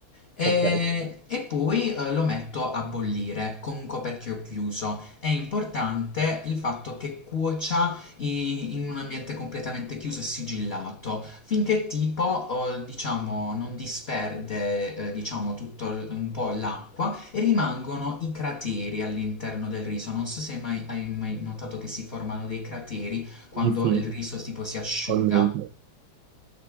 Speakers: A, on the left (about 55°); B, on the right (about 75°).
A: E,
B: Ok,
A: e poi eh, lo metto a bollire con un coperchio chiuso. È importante il fatto che cuocia i- in un ambiente completamente chiuso e sigillato, finché tipo, oh, diciamo, non disperde, eh, diciamo, tutto l- un po' l'acqua e rimangono i crateri all'interno del riso. Non so se mai, hai mai notato che si formano dei crateri quando
B: sì, sì,
A: il riso tipo si asciuga.
B: ho in mente,